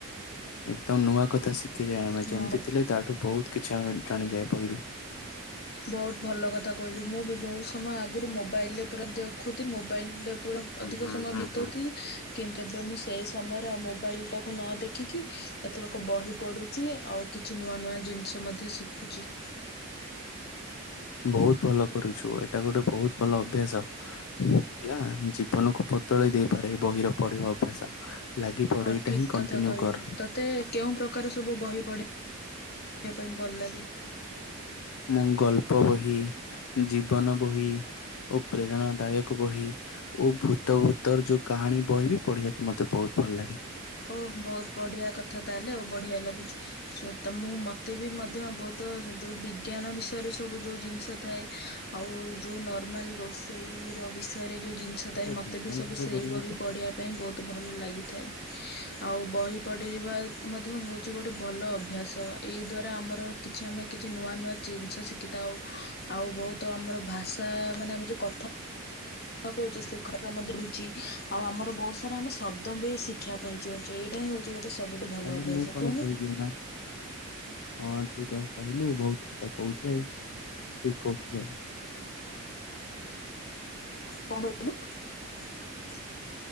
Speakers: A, on the left (about 75°); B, on the left (about 45°).
A: ଏକଦମ ନୂଆ କଥା ଶିଖ କିରେ ଆମେ
B: ହଁ।
A: ଯେମିତି ଥିଲେ ତାଠୁ ବହୁତ କିଛି ଆମେ ଜାଣିଯାଏ ବହିରୁ
B: ବହୁତ ଭଲ କଥା କହିଲୁ ମୁଁ ବି ବହୁତ ସମୟ ଆଗରୁ ମୋବାଇଲେ ପୁରା ଦେଖୁଥିଲ ମୋବାଇଲେ ପୁରା
A: ହୁଁ
B: ଅଧିକ ସମୟ
A: ହୁଁ
B: ବିତଉଥିଲି
A: ହୁଁ।
B: କିନ୍ତୁ ଏବେ ମୁଁ ସେଇ ସମୟରେ ଆଉ ମୋବାଇଲଟାକୁ ନ ଦେଖିକି ଏଥରକ ବହି ପଢୁଛି ଆଉ କିଛି ନୂଆ ନୂଆ ଜିନିଷ ମଧ୍ୟ ଶିଖୁଛି।
A: ବହୁତ ଭଲ କରୁଛୁ ଏଇଟା ଗୋଟେ ବହୁତ ଭଲ ଅଭ୍ୟାସ ହେଲା ଜୀବନକୁ ବଦଳେଇ ଦେଇପାରେ ବହିର ପଢିବା ଅଭ୍ୟାସ ଲାଗି ପଡ
B: ହଁ
A: ଏଇଟା
B: ଠିକ
A: ହିଁ କଣ୍ଟିନ୍ୟୁ
B: କଥା କହିଲୁ
A: କର
B: ତତେ କେଉଁ ପ୍ରକ ପ୍ରକାର ସବୁ ବହି ପଢେ <inaudible> ପାଇଁ ଭଲ ଲାଗେ।
A: ମୁଁ ଗଳ୍ପ ବହି। ଜୀବନ ବହି। ଓ ପ୍ରେରଣା ଦାୟକ ବହି। ଓ ଭୂତ ଭୂତର ଯୋଉ କାହାଣୀ ବହି ବିି ପଢିବାକୁ ମତେ ବହୁତ ଭଲ ଲାଗେ।
B: ଓ ବହୁତ ବଢିଆ କଥା ତାହେଲେ ଆଉ ବଢିଆ ଲାଗୁଛି ଶୁ ମତେ ବି ମଧ୍ୟ ବହୁତ ତ ଯଉ ବିଜ୍ଞାନ ବିଷୟରେ ସବୁ ଯଉ ଜିନିଷ ଥାଏ ଆଉ ଯଉ ନର୍ମାଲ ରୋ। ସେଇର ବିଷୟରେ ଯେଉଁ ଜିନିଷ
A: ଆଚ୍ଛା
B: ଥାଏ ମୋତେ
A: ବିଜ୍ଞାନ
B: ବି ସବୁ
A: ତତେ
B: ସେଇ
A: ପଢିବାକୁ
B: ବହି
A: ଭଲ
B: ପଢ଼ିବା
A: ଲାଗେ?
B: ପାଇଁ ବହୁତ ଭଲ ଲାଗିଥାଏ।
A: <inaudible>
B: ଆଉ ବହି ପଢ଼ିବା ମଧ୍ୟ ହେଉଛି ଗୋଟେ ଭଲ ଅଭ୍ୟାସ ଏଇ ଦ୍ୱାରା ଆମର କିଛି ଆମେ କିଛି ନୂଆ ନୂଆ ଜିନିଷ ଶିଖିଥାଉ ଆଉ ବହୁତ ଆମର ଭାଷା ମାନେ ଆମେ ଯ କଥା କହୁଛେ ସେ ଖ ଆମେ ଦିଡୁଛି ଆଉ ଆମର ବହୁତ ସାରା ଆମେ ଶବ୍ଦ ବି ଶିଖିବା ପାଇଁ ଚାହୁଛେ ଏଇଟା ହିଁ ହଉଛି ଗୋଟେ ସବୁଠୁ ଭଲ
A: ତାହେଲେ
B: ଅଭ୍ୟାସ
A: ମୁଁ
B: କଉନ।
A: <unintelligible> ହଁ ତୁ ତ କହିଲୁ ବହୁତ କଥା କହୁଛୁ ଆଉ ଠିକ କହୁଥିଲୁ।
B: <inaudible>